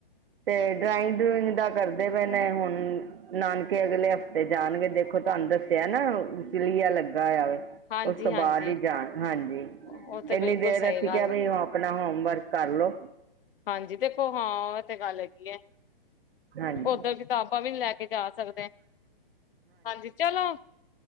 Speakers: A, on the right; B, on the left.
A: 'ਤੇ ਡਰਾਇੰਗ-ਡਰੂਇੰਗ ਦਾ ਕਰਦੇ ਪਏ ਨੇ ਹੁਨ। ਨਾਨਕੇ ਅਗਲੇ ਹਫ਼ਤੇ ਜਾਨਗੇ, ਦੇਖੋ ਤੁਹਾਨੂੰ ਦੱਸਿਆ ਨਾ ਚਲੀਆ ਲੱਗਾ ਹੋਆ ਵੇ,
B: ਹਾਂਜੀ
A: ਉਸ ਤੋਂ
B: ਹਾਂਜੀ
A: ਬਾਦ ਈ ਜਾਨ ਹਾਂਜੀ।
B: ਉਹ ਤੇ
A: ਏੰਨੀ
B: ਬਿਲਕੁਲ
A: ਦੇਰ
B: ਸਹੀ
A: ਅਸੀਂ
B: ਗੱਲ
A: ਕੇਆ ਬਈ,
B: ਹੈ।
A: ਉਹ ਆਪਨਾ ਹੋਮ ਵਰਕ ਕਰਲੋ।
B: ਹਾਂਜੀ, ਦੇਖੋ ਹਾਂ, ਐ ਤੇ ਗੱਲ ਹੈਗੀ ਐ।
A: ਹਾਂਜੀ
B: ਓਧਰ ਕਿਤਾਬਾਂ ਵੀ ਲੈ ਕੇ ਜਾ ਸਕਦੇ। ਹਾਂਜੀ, ਚਲੋ। ਹਾਂ,